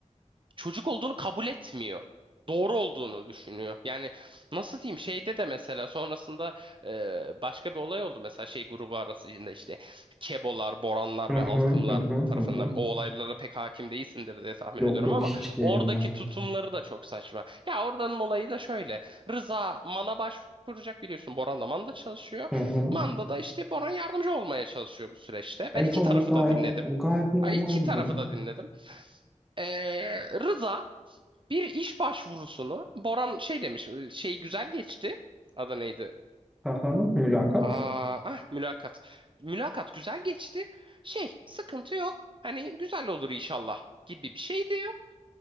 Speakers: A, on the right (about 40°); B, in the centre.
A: çocuk olduğunu kabul etmiyor. Doğru olduğunu düşünüyor. Yani nasıl diyeyim şeyde de mesela sonrasında e, başka bir olay oldu. Mesela şey grubu arasında işte Kebolar, Boranlar
B: Hı
A: ve
B: hı
A: Alkımlar
B: hı hı
A: tarafından
B: hı hı.
A: o olaylara pek hakim değilsindir diye tahmin
B: Yok
A: ediyorum
B: yok
A: ama
B: hiç değilim
A: oradaki
B: ben.
A: tutumları da çok saçma. Ya oradanın olayı da şöyle. Rıza Man'a başvuracak biliyorsun. Boran da Man'da çalışıyor.
B: Hı hı.
A: Manda da işte Boran yardımcı olmaya çalışıyor bu süreçte. Ben
B: E
A: iki
B: tamam
A: tarafı
B: gayet
A: da dinledim.
B: gayet normal
A: Ay iki
B: bir
A: tarafı
B: durum.
A: da dinledim. Ee, Rıza bir iş başvurusunu Boran şey demiş şey güzel geçti. Adı neydi?
B: Hı hı. Mülakat.
A: Aa, ah, mülakat. Mülakat güzel geçti. Şey sıkıntı yok. Hani güzel olur inşallah gibi bir şey diyor.